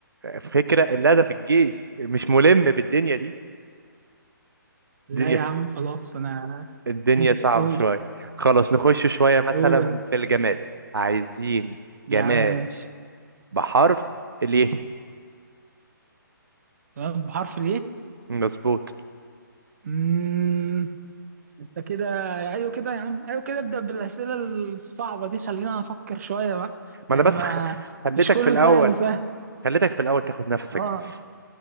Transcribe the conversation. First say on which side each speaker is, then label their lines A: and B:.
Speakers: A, on the right; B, on the right.
A: فكرة اللي أنا في الجيش مش ملم بالدنيا دي
B: لا
A: الدنيا
B: يا عم خلاص انا
A: الدنيا
B: <clears throat>
A: صعبة
B: قول
A: شوية خلاص نخش شوية مثلا
B: قول يا عم
A: في الجماد عايزين
B: يا
A: جماد
B: عم ماشي
A: بحرف اليه
B: تمام بحرف
A: مظبوط
B: الايه انت كده ايوه كده يا عم ايوه كده ابدأ بالأسئلة الصعبة دي خلينا افكر شوية بقى
A: ما
B: يعني
A: أنا بس
B: ما
A: خ- خليتك
B: مش كله
A: في الأول
B: سهل سهل
A: خليتك في الاول تاخد نفسك
B: اه
A: بس